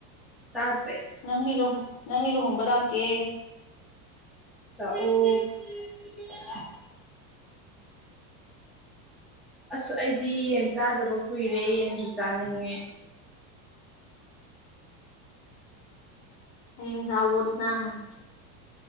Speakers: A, in the centre; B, on the left.
A: ꯆꯗꯔꯤ
B: ꯅꯪꯗꯤꯨ ꯅꯪꯒꯤ ꯂꯨꯍꯣꯡꯕ ꯂꯥꯛꯀꯦ
A: ꯂꯥꯛ ꯑꯣ <unintelligible> ꯑꯁ ꯑꯩꯗꯤ ꯌꯦꯟ ꯆꯥꯗꯕ ꯀꯨꯏꯔꯦ ꯌꯦꯟꯁꯨ ꯆꯥꯅꯤꯡꯉꯦ
B: ꯍꯌꯦꯟ ꯌꯧꯎ ꯗꯥ ꯅꯥ